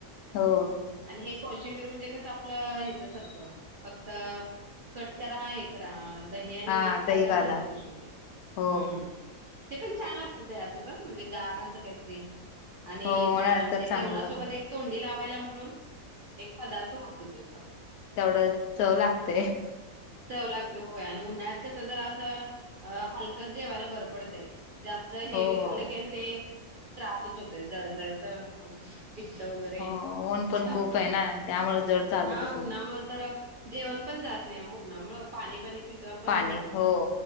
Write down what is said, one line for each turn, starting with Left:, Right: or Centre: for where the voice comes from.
Left: हो.
Right: आणि हे कॉशिंबीर म्हणजे कसं आपलं ह्याच्यासारखं फक्त कट करा हे. करा दही आणि
Left: हा
Right: मीठ
Left: दही
Right: टाका
Left: काला
Right: झालं कोशिंबीर
Left: हो
Right: हम. ते पण छान लागत दह्यासोबत म्हणजे गार आस काहीतरी. आणि
Left: हो
Right: भा
Left: उन्हाळ्यात
Right: म्हणजे
Left: तर चांगलं
Right: जेवणा
Left: लागत
Right: सोबत एक तोंडी लावायला म्हणून एक पदार्थ होतो त्याचा.
Left: तेवढं चव लागतय
Right: चव लागतय व्हय आणि उन्हाळ्यात कसं जरा असं हलकंच जेवायला बरं पडतय जास्त जर हेवी
Left: हो हो.
Right: खाल आणि ते त्रासच होतोय जळजळत मग पित्त वगैरे
Left: हो ऊन पण
Right: त्यामुळ
Left: खूप आहे ना त्यामुळे जड चालतच
Right: हा
Left: नाही
Right: उन्हामुळ तर जेवण पण जात नाही ओ उन्हामुळ पाणी पाणी पितोय आपण
Left: पाणी
Right: सगळं
Left: हो.